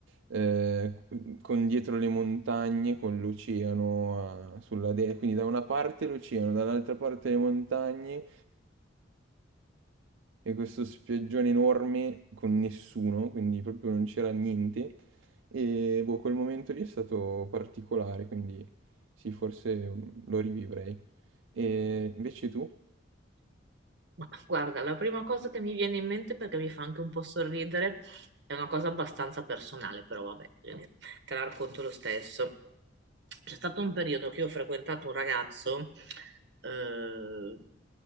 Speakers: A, on the right; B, on the right.
A: eh, con dietro le montagne, con l'oceano eh, sulla destra, quindi da una parte l'oceano, dall'altra parte le montagne e questo spiaggione enorme con nessuno, quindi proprio non c'era niente. E boh, quel momento lì è stato particolare, quindi sì, forse mm, lo rivivrei. E invece tu?
B: Ma guarda, la prima cosa che mi viene in mente, perché mi fa anche un po' sorridere, è una cosa abbastanza personale, però vabbè, voglio dire, te la racconto lo stesso. C'è stato un periodo che io ho frequentato un ragazzo, eh,